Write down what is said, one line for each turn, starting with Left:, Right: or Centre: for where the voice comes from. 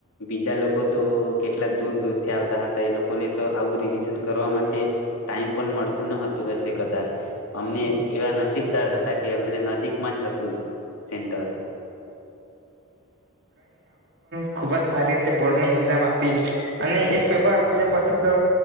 Left: બીજા લોકો તો કેટલા દૂર દૂર થી આવતા હતા. એ લોકોને તો આવું રિવિઝન કરવા માટે ટાઈમ પણ મડતું ન હતું. વેશે કદાચ અમને એવા <unintelligible> હતા કે અમને નજીકમાં જ હત તું સેન્ટર
Right: ખૂબ જ સારી રીતે બોર્ડની એક્ઝામ આપી. અને એક પેપર આપ્યા પછી તો